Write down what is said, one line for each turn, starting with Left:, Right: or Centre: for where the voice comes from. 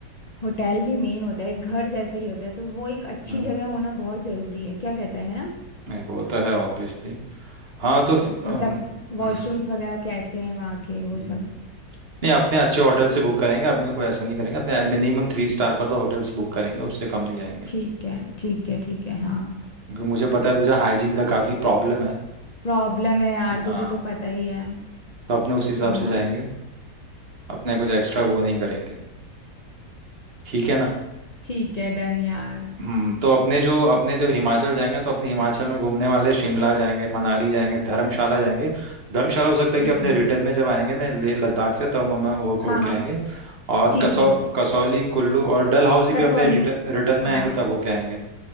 Left: होटल भी मेन होता है एक घर जैसा ही होता है तो वो एक अच्छी
Right: हम्म,
Left: जगह होना बहुत जरूरी है क्या कहता है है ना
Right: नहीं वो तो है ऑब्वियसली हाँ तो फिर,
Left: म-
Right: अम,
Left: मतलब वॉशरूम्स
Right: हम्म
Left: वगैरह कैसे हैं वहाँ के वो
Right: हम्म।
Left: सब
Right: नहीं अपने अच्छे होटल से बुक करेंगे अपने कोई ऐसा नहीं करेंगे अपने मिनिमम थ्री स्टार का तो होटल से बुक करेंगे उससे कम नहीं जाएंगे
Left: ठीक है ठीक है ठीक है हाँ
Right: क्योंकि मुझे पता है तुझे हाइजीन का काफी प्रॉब्लम है
Left: प्रॉब्लम है यार
Right: हाँ
Left: तुझे तो पता ही है
Right: तो अपने उस हिसाब
Left: है ना
Right: से जाएंगे अपने कुछ एक्स्ट्रा वो नहीं करेंगे ठीक है ना
Left: ठीक है डन यार
Right: हम्म तो अपने जो अपने जब हिमाचल जाएंगे तो अपने हिमाचल में घूमने वाले शिमला जाएंगे मनाली जाएंगे धर्मशाला जाएंगे धर्मशाला हो सकता
Left: ठीक
Right: है कि अपने
Left: है
Right: रिटर्न में जब आएंगे ना ले लद्दाख से तब हम हो होके
Left: हाँ हाँ
Right: आएंगे और
Left: ठीक
Right: कसौ
Left: है
Right: कसौली कुल्लू और डल हाउसी भी
Left: कसौली
Right: अपने रिटर्न
Left: म-
Right: रिटर्न में आएंगे
Left: हाँ
Right: तब होके आएंगे